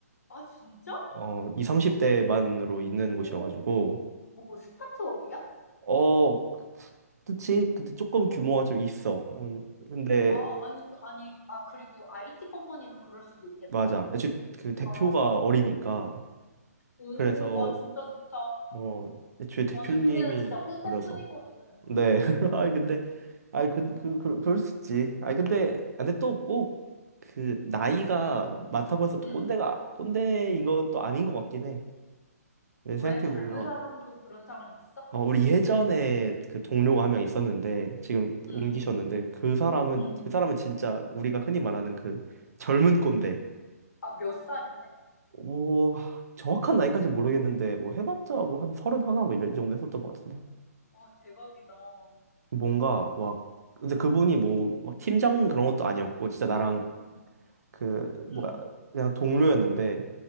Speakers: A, on the left; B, on the right.
A: 아, 진짜?
B: 어, 2 30대만으로 있는
A: 오,
B: 곳이어가지고
A: 뭐, 스타트업이야?
B: 어, 그- 그치? 근데 조금 규모가 좀 있어. 음, 근데
A: 아, 아니, 아니, 아, 그리고 IT 컴퍼니면 그럴 수도 있겠다.
B: 맞아. 애초에 그 대표가
A: 아,
B: 어리니까
A: 오,
B: 그래서
A: 와, 진짜 좋다.
B: 어, 애초에 대표님이
A: 아니, 우리는 진짜 꼰대뿐이거든.
B: 어려서 네. <laughs> 아이 근데 아이 그, 그,
A: 어,
B: 그 그럴 수 있지. 아이 근데 아, 근데 또 꼭 그 나이가 많다고 해서 또
A: 응,
B: 꼰대가 꼰대인 것도 아닌 것 같긴 해. 생각해
A: 왜 젊은
B: 보면
A: 사람도 그런 사람 있어?
B: 어, 우리 예전에 그 동료가 한 명 있었는데 지금
A: 응,
B: 옮기셨는데 그 사람은
A: 응.
B: 그 사람은 진짜 우리가 흔히 말하는 그 젊은 꼰대.
A: 아, 몇 살인데?
B: 오 정확한 나이까지 모르겠는데 뭐 해봤자 뭐 한 서른 하나 뭐 이런 이 정도 했었던 것 같은데
A: 와, 대박이다. 어,
B: 뭔가 막 근데
A: 응,
B: 그분이 뭐 막 팀장 그런 것도 아니었고 진짜 나랑
A: 응.
B: 그 뭐야
A: 응.
B: 그냥 동료였는데